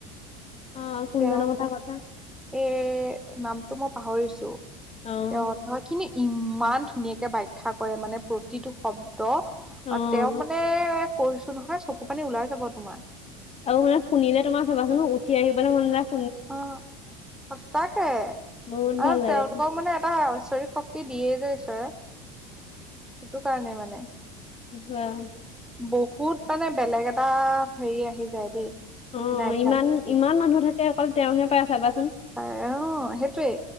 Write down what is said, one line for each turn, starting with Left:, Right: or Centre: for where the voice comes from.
Left: অ কোন
Centre: তেওঁ
Left: জনৰ কথা
Centre: পঢ়ে
Left: কৈছা।
Centre: এ নামটো মই পাহৰিছো
Left: অ',
Centre: তে হয় খিনি। ইমান ধুনীয়াকৈ বাখ্যা কৰে মানে প্ৰতিটো শব্দ।
Left: অ'।
Centre: ত তেওঁ মানে কৈছো নহয় চকু পানী ওলাই যাব তোমাৰ?
Left: আৰু মানে শুনিলে তোমাৰ চাবাচোনো উঠি আহিব নে মন নাযায়।
Centre: অ সচাঁকে
Left: বহুত
Centre: আৰু
Left: ভাল লাগে
Centre: তেওঁলোকক মানে এটা। ঈশ্বৰিক শক্তি দিয়ে যে ঈশ্বৰে সেইটো কাৰণে মানে।
Left: সেইবোৰে আৰু।
Centre: বহুত মানে বেলেগ এটা হেৰি আহি যায় দেই
Left: অ
Centre: মানে আধ্যাত্মিক
Left: ইমান ইমান মানুহ থাকে অকল তেওঁহে পায় চাবা
Centre: তাৰে অ সেইটোৱেই